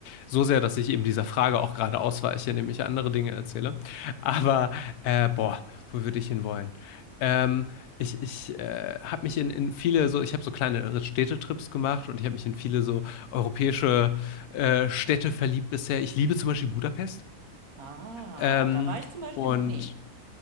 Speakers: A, on the left; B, on the right.
A: So sehr, dass ich eben dieser Frage auch gerade ausweiche, indem ich andere Dinge erzähle. Aber, äh, boah, wo würde ich hin wollen? Ähm, ich, ich äh, habe mich in, in viele so, ich habe so kleine Städtetrips gemacht und ich habe mich in viele so europäische äh, Städte verliebt bisher. Ich liebe zum Beispiel Budapest.
B: Ah,
A: Ähm,
B: da war ich zum Beispiel
A: und
B: noch nie.